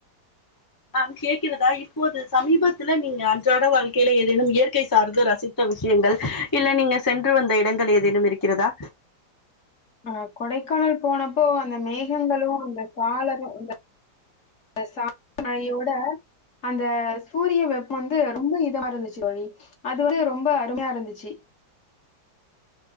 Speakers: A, on the left; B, on the left.
A: ஆம் கேக்கிறதா இப்போது சமீபத்துல நீங்க அன்றாட வாழ்க்கையில ஏதேனும் இயற்கை சார்ந்த ரசித் த்த விஷயங்கள் இல்ல நீங்க சென்று வந்த இடங்கள் ஏதேனும் இருக்கிறதா
B: அ கொடைக்கானல் போனப்போ அந்த மேகங்களு அந்த காலரும் இந்த அந்த சா <inaudible> மழையோட அந்த சூரிய வெப்ப வந்து ரொம்ப இதமா இருந்துச்சு தோழி அது வந்து ரொம்ப அருமையா இருந்துச்சு